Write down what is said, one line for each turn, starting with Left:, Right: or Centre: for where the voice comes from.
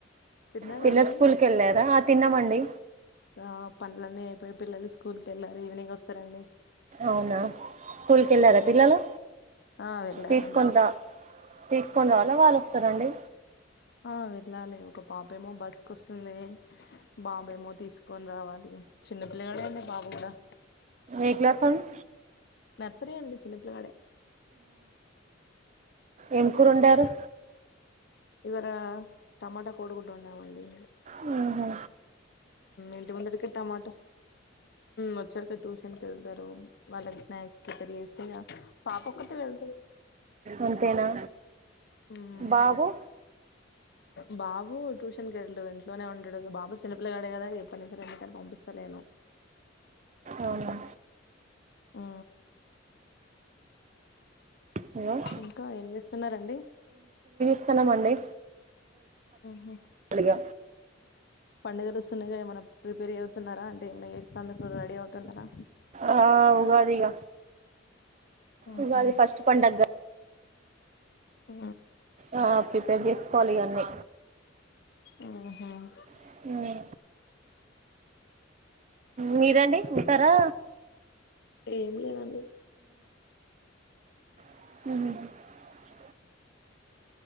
Left: తిన్నారా
Right: పిల్లలుస్కూల్
Left: అండి
Right: కు వెళ్ళార తిన్నమండి
Left: ఆ పనులన్నీ అయిపోయి పిల్లలు స్కూల్ వెళ్లారు ఈవినింగ్ వస్తారండి
Right: అవునా స్కూల్కి వెళ్ళారా
Left: ఉ
Right: పిల్లలు
Left: ఆ వెళ్ళారండి
Right: తీసుకొని రా తీసుకొని రావాలా వాళ్ళు వస్తారండి
Left: ఆ వెళ్ళాలి ఒక పాపేమో బస్ క వస్తుంది బాబుమో తీసుకొని రావాలి చిన్నపిల్లలడ అండడి బాబు కూడా
Right: ఏ క్లాస్ అండి
Left: నర్సరీ అండి చిన్నపిల్ల కడే
Right: ఏం కూరుండారు
Left: ఇవాళ టమాటా కోడిగుడు వండామండి
Right: హుహు
Left: ఇంటి వందిట కట్టామాట వచ్చా కట్ ప వెళ్తారు వాళ్ళకి స్నాక్స్ పెరి చేస్తేగా పాపక్కతే వెళ్తుంది
Right: అంతేనా
Left: ఆ
Right: బాబు
Left: బాబు ట్యూషన్ కెల్లాడు ఇట్లోనే ఉండడు బాబు చినిపిల్లాగాేడే కదా పప్పనించడం ఎందుకని పంపిస్తలేను
Right: అవునా
Left: ఆ
Right: హలో
Left: ఇంకా ఏం చేస్తున్నారంండి
Right: ఇస్తున్నా అండి
Left: హు
Right: <inaudible>
Left: పండుగలు ున్నగా ఏమైన్నా ప్రిపేర్ అవుతున్నారా అంటే ఏమనా చేస్తేందుకు రెడీ అవుతున్నారా
Right: ఆ ఉగాదిగా
Left: మ్మ్
Right: ఉగాది
Left: హు
Right: ఫస్ట్ పండగ కదా
Left: ఉ
Right: ఆ ప్రిపేర్ చేసుకోవాలి ఇగ అన్నిీ
Left: ఉహుమ్
Right: అన్నీ మీరండి ఉంటారా
Left: ఏం లేదండి
Right: మ్